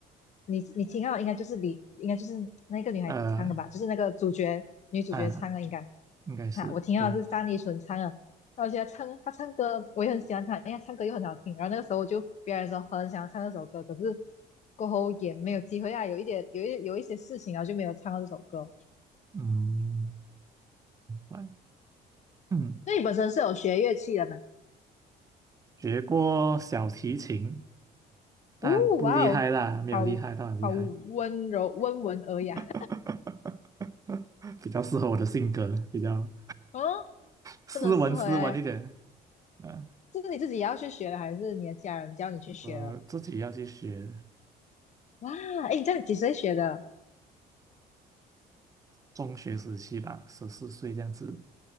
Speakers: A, on the left (about 45°); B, on the right (about 20°).
A: 你你听到应该就是你应该就是那个女孩子唱的吧，
B: 呃
A: 就是那个主角女主角唱的应该。
B: 啊，应该是对，
A: 哈，我听到的是单依纯唱的，然后我觉得她唱她唱歌我也很喜欢她，因为她唱歌又很好听。然后那个时候我就别人说很想要唱这首歌，可是过后也没有机会啊，有一点有一有一些事情，然后就没有唱到这首歌。
B: 嗯，哎嗯，
A: 那你本身是有学乐器的嘛？
B: 学过小提琴，但不厉害啦，
A: 哦，哇哦，
B: 没有厉害到很厉害，
A: 好好温柔温文尔雅。
B: <laughs> 比较适合我的性格，比较
A: <laughs> 哦，
B: 斯文斯文一点。
A: 真的很适合诶，
B: 啊，
A: 这是你自己也要去学的，还是你的家人教你去学的？
B: 我自己要去学，
A: 哇，哎，你这样几岁学的？
B: 中学时期吧，十四岁这样子，